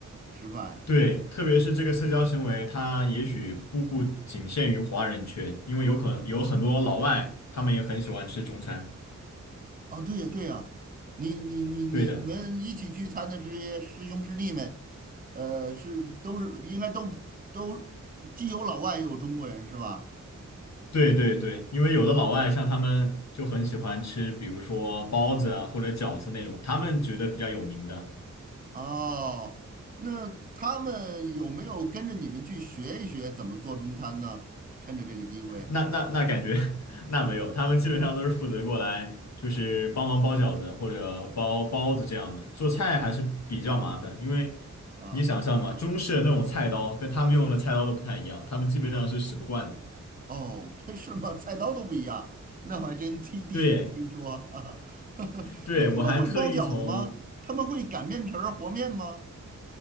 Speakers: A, on the right; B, on the left.
A: 吃饭。
B: 对，特别是这个社交行为，它也许不仅限于华人圈，因为有可能有很多老外，他们也很喜欢吃中餐。
A: 哦，对呀，对呀，你你你你们一起聚餐的这些师兄师弟们，
B: 对的，
A: 呃，是都是应该都都既有老外也有中国人是吧？
B: 对对对，因为有的老外像他们就很喜欢吃，比如说包子啊或者饺子那种，他们觉得比较有名的。
A: 哦，那他们有没有跟着你们去学一学怎么做中餐呢？趁着这个机会
B: 那那那感觉 <laughs> 那没有，他们基本上都是负责过来就是帮忙包饺子或者包包子这样的，做菜还是比较麻烦，因为
A: 啊，
B: 你想象嘛，中式的那种菜刀跟他们用的菜刀都不太一样，他们基本上是使不惯的。
A: 哦，这是吗？菜刀都不一样，那我还真第第一次听说啊。
B: 对，
A: <laughs>
B: 对，
A: 那他们会包饺子吗？
B: 我还特意从，
A: 他们会擀面皮儿和面吗？